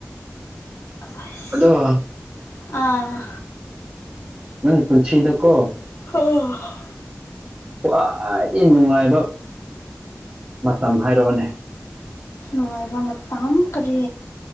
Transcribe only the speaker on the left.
ꯑꯁ
ꯑꯥ
<unintelligible>
ꯅꯨꯡꯉꯥꯏꯕ ꯃꯇꯝ ꯀꯔꯤ